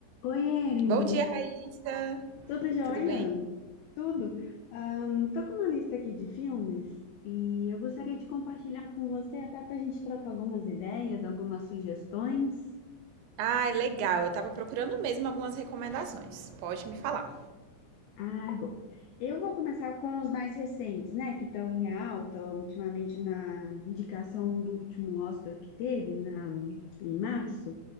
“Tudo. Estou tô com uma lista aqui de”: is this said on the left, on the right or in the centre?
Left